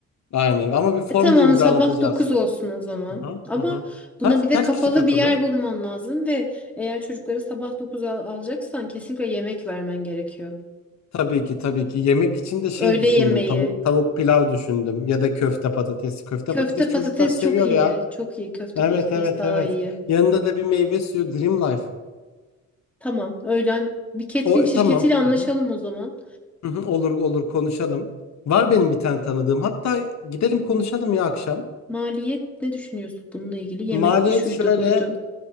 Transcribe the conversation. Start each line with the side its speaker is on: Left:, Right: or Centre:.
Left: Aynen. Ama bir form
Centre: E tamam
Left: da imzalatacağız.
Centre: sabah 9 olsun o zaman.
Left: Aha,
Centre: Ama
Left: aha.
Centre: buna
Left: Kaç
Centre: bir de
Left: kaç
Centre: kapalı
Left: kişi katılır?
Centre: bir yer bulman lazım ve eğer çocukları sabah 9 al alacaksan kesinlikle yemek vermen gerekiyor.
Left: Tabii ki tabii ki. Yemek için de şey
Centre: Öğle
Left: düşündüm.
Centre: yemeği.
Left: Tavuk tavuk pilav düşündüm ya da köfte patates. Köfte
Centre: Köfte
Left: patates çocuklar
Centre: patates
Left: seviyor
Centre: çok iyi.
Left: ya.
Centre: Çok iyi köfte
Left: Evet
Centre: patates
Left: evet
Centre: daha
Left: evet.
Centre: iyi.
Left: Yanında da bir meyve suyu Dream Life.
Centre: Tamam. Öğlen bir catering
Left: O e,
Centre: şirketiyle
Left: tamam.
Centre: anlaşalım
Left: Hı hı.
Centre: o zaman.
Left: Hı hı, Olur olur konuşalım. Var benim bir tane tanıdığım. Hatta gidelim konuşalım ya akşam.
Centre: Maliyet ne düşünüyorsun bununla ilgili? Yemek
Left: Maliyet
Centre: de şuydu
Left: şöyle
Centre: buydu.